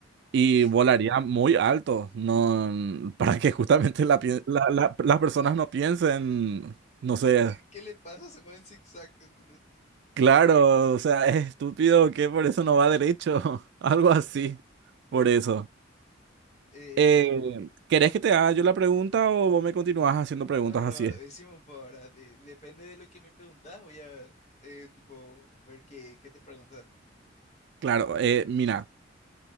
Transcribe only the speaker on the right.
Y
volaría muy alto, no, n- para que justamente la pie- la- la- las personas no piensen, no
sé,
claro, o sea, es estúpido que por eso no va derecho, <laughs> algo así, por
eso.
Eh, ¿querés que te haga yo la pregunta o vos me continúas haciendo preguntas
así?
Claro, eh, mira.